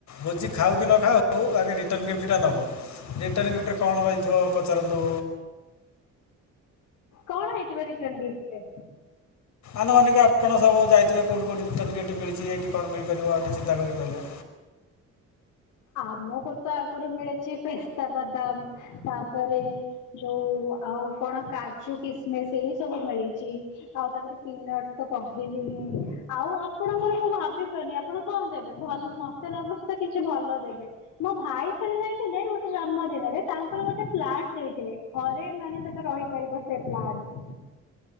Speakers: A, on the left (about 70°); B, on the left (about 80°).
A: ଭୋଜି ଖାଉ କି ନ ଖାଉ ଆଗେ ରିଟର୍ନ ଗିଫ୍ଟଟା ନବ ରିଟର୍ଣ୍ଣ ଗିଫ୍ଟରେ କଣ ହୋଇଥିବ। ପଚାରନ୍ତୁ।
B: କଣ ହେଇଥିବ ରିଟର୍ନ ଗିଫ୍ଟ ରେ?
A: ଆନୁମାନିକ ଆପଣ ସବୁ ଯାଇଥିବେ କୋଉଠି କୋଉଠି ରିଟର୍ନ ଗିଫ୍ଟ ମିଳିଛି ଏଇଠି କଣ ମିଳି ପାରିବ ଆକୁ ଚିନ୍ତା କରି କହିଲେ।
B: ଆମକୁ ତ ଆଗରୁ ମିଳିଛି ପେସ୍ତା ବାଦାମ ତାପରେ ଯୋଉ ଆଉ କଣ କାଜୁ କିସମିସ ଏଇ ସବୁ ମିଳିଛି। ଆଉ ତାପରେ ପିନଟ ତ କହିଲି ହିଁ ଆଉ ଆପଣଙ୍କର ମୁଁ ଭାବିବନି। ଆପଣ କଣ ଦେବେ ଭଲ ମତେ ଲାଗୁଛି ତ କିଛି ଭଲ ଦେବେ। ମୋ ଭାଇ ଥରେ ଯାଇଥିଲେ ଗୋଟେ ଜନ୍ମ ଦିନରେ ତାଙ୍କର ଗୋଟେ ପ୍ଲାଣ୍ଟ ଦେଇଥିଲେ ଘରେ ମାନେ ସେଟା ରହିପାରିବ। ସେ ପ୍ଲାଟ।